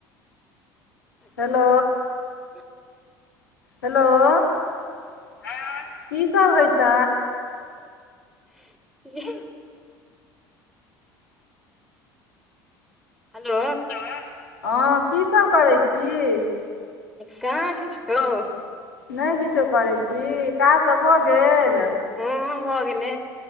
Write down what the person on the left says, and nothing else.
हेलो
हेलो हं, हं की सब होइ छै।
हेलो हँ की सब करैइ छी।
नहि किछो करैत छी काज सब भऽ'गेल।